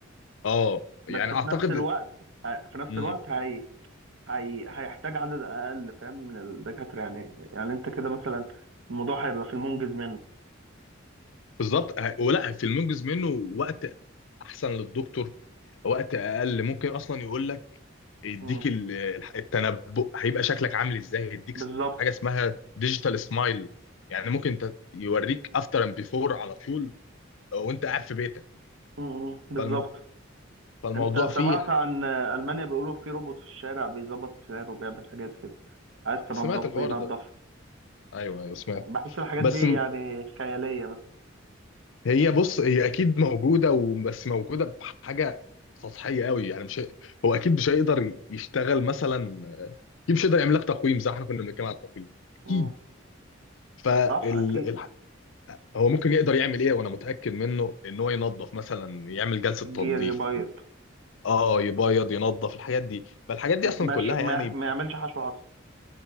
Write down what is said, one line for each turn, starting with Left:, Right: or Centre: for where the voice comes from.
Left: اه
Right: بس
Left: يعني
Right: في
Left: اعتقد
Right: نفس الوقت في نفس
Left: امم
Right: الوقت هي هي... هيحتاج عدد اقل فاهم من الدكاتره يعني يعني انت كده مثلا الموضوع هيبقى في المنجز منه
Left: بالظبط ه- ولا في المنجز منه وقت احسن للدكتور وقت اقل ممكن اصلا يقول لك يديك
Right: امم
Left: ال- الح- التنبؤ هيبقى شكلك عامل ازاي يديك
Right: بالظبط
Left: س- حاجه اسمها ديجيتال سمايل يعني ممكن ت- يوريك افتر اند بيفور على طول وانت قاعد في بيتك
Right: امم بالظبط
Left: فالم... فالموضوع
Right: انت
Left: فيه
Right: سمعت
Left: ح-
Right: عن المانيا بيقولوا في روبوت في الشارع بيظبط السير وبيعمل حاجات كده عايز تنظف
Left: سمعت الحوار
Right: بينظف
Left: ده ايوه ايوه سمعت
Right: بحس الحاجات
Left: بس
Right: دي
Left: م-
Right: يعني خياليه بس
Left: هي بص هي اكيد موجوده وبس موجوده بحاجه سطحيه قوي يعني مش هي- هو اكيد مش هيقدر يشتغل مثلا اكيد مش هيقدر يعمل لك تقويم زي ما احنا كنا بنتكلم على التقويم اكيد
Right: امم
Left: فالحقيقه
Right: صح اكيد
Left: هو ممكن يقدر يعمل ايه وانا متاكد منه ان هو ينظف مثلا يعمل جلسه
Right: الجير
Left: تنظيف
Right: يبيض
Left: اه يبيض ينظف الحاجات دي فالحاجات دي
Right: بس
Left: اصلا
Right: ما
Left: كلها
Right: يش... ما,
Left: يعني
Right: ما يعملش حشو عصب